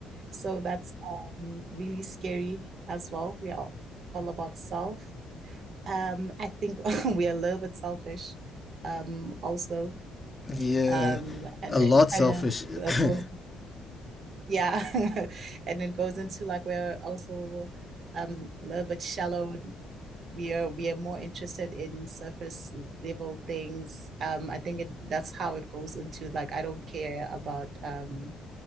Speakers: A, on the right; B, on the left.
A: So that's um, really scary as well. We are all about self. Um, I think <laughs> we are a little bit selfish um, also.
B: Yeah,
A: Um, and
B: a
A: it
B: lot selfish.
A: kind of goes,
B: <laughs>
A: yeah, <laughs> and it goes into like we're also um, a little bit shallow we are we are more interested in surface level things. Um, I think it, that's how it goes into like I don't care about um